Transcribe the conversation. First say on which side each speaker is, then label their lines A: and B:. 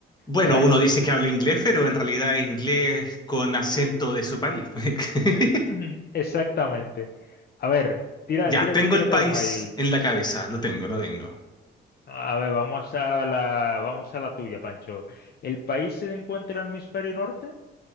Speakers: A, on the left (about 20°); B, on the left (about 50°).
A: Bueno,
B: A ver.
A: uno dice que habla inglés, pero en realidad es inglés con acento
B: Mm,
A: de su país. <laughs>
B: mm, Exactamente. A ver, tira,
A: Ya,
B: tira,
A: tengo
B: tírate
A: el país
B: uno ahí.
A: en la cabeza. Lo tengo, lo tengo.
B: A ver, vamos a la, vamos a la tuya, Pancho. ¿El país se encuentra en el hemisferio norte?